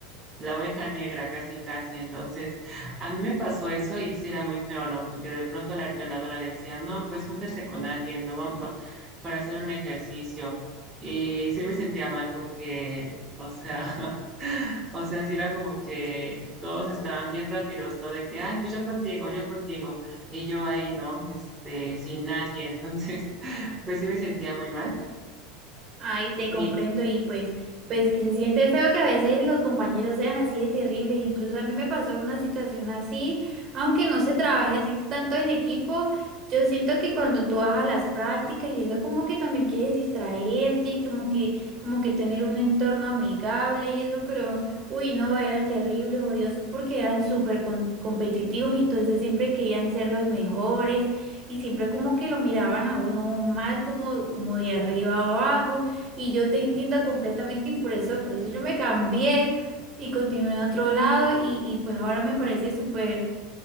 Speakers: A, on the right (about 20°); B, on the right (about 40°).
A: la oveja negra, casi casi. Entonces, a mí me pasó eso y sí era muy feo, ¿no? Porque de pronto la entrenadora decía, no, pues júntense con alguien, ¿no? Vam- va- para hacer un ejercicio. Y sí me sentía mal porque, o sea, <laughs> o sea, sí era como que todos estaban bien rápidos, ¿no? De que, ay, pues yo contigo, yo contigo. Y yo ahí, ¿no? Este, sin nadie. Entonces, <laughs> pues sí me sentía muy mal.
B: Ay, te
A: Y
B: comprendo y pues, pues que se siente feo que a veces los compañeros sean así de terribles. Incluso a mí me pasó una situación así, aunque no se trabaje así tanto en equipo. Yo siento que cuando tú vas a las prácticas y eso como que también quieres distraerte y como que, como que tener un entorno amigable y eso, pero uy, no, eran terribles, odiosos porque eran súper com- competitivos y entonces siempre querían ser los mejores y siempre como que lo miraban a uno mal como, como de arriba a abajo. Y yo te entiendo completamente y por eso, por eso yo me cambié y continué en otro lado y, y pues ahora me parece súper,